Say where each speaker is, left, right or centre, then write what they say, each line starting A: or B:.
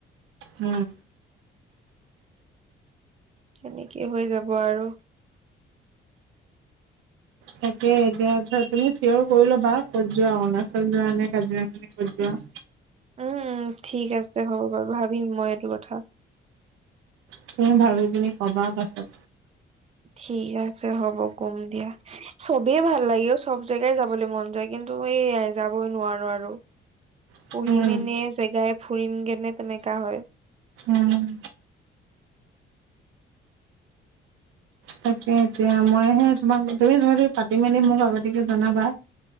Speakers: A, on the right; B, on the right.
A: উম
B: তেনেকেই হৈ যাব আৰু
A: তাকে এতিয়া ধৰা তুমি চঞৰ কৰি ল'বা ক'ত যোৱা অৰুণাচল যোৱা নে কাজিৰা নে ক'ত যোৱা
B: উম ঠিক আছে হ'ব বাৰু ভাবিম মই এইটো কথা
A: তুমি ভাবি পিনি কবা পাছত
B: ঠিক আছে হ'ব কম দিয়া চবেই ভাল লাগে অ চব জেগাই যাবলৈ মন যায় কিন্তু মইয়াই যাবই নোৱাৰো আৰু
A: উম
B: পঢ়িমেনে জেগাই ফুৰিমগেনেে তেনেককাা হয়
A: উম উম তাকে এতিয়া মইহে তোমাক তুমি যহ পাতি মেলি মোক আগতাকে জনাবা